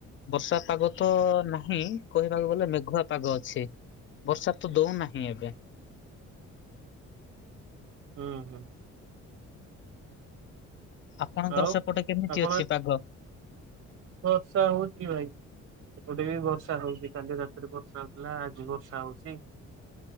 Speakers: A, on the left (about 40°); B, on the right (about 50°).
A: ବର୍ଷା ପାଗ ତ ନାହିଁ କହିବାକୁ ଗଲେ ମେଘୁଆ ପାଗ ଅଛି। ବର୍ଷା ତ ଦଉନାହିଁ ଏବେ।
B: ହୁଁ ହୁଁ।
A: ଆପଣଙ୍କର
B: ଆଉ
A: ସେପଟେ କେମିତି
B: ଆପଣ
A: ଅଛି ପାଗ?
B: ବର୍ଷା ହଉଛି ଭାଇ? ଏପଟେ ବି ବର୍ଷା ହଉଛି। କାଲି ରାତିରେ ବର୍ଷା ହଉଥିଲା ଆଜି ବର୍ଷା ହଉଛି।